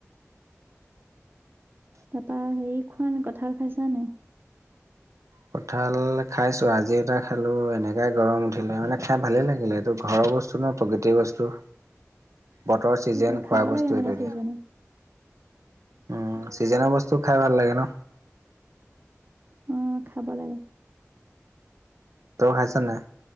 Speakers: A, on the right; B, on the right.
A: তাপা হেই খোৱা নাই, কঁঠাল খাইছা নাই?
B: কঁঠাল খাইছো আজি এটা খালো। এনেকাই গৰম উঠিলে মানে, খাই ভালে লাগিলে এইটো ঘৰৰ ব স্তু ন, প্ৰকৃতিৰ বস্তু বতৰ চিজেন
A: সেইটোৱে খাব
B: খোৱা বস্তু
A: লাগে মানে
B: ইত্যাদি।
A: চিজনত
B: উম। চিজেন বস্তু খাই ভাল লাগে ন?
A: উম, খাব লাগে।
B: তও খাইছ নাই?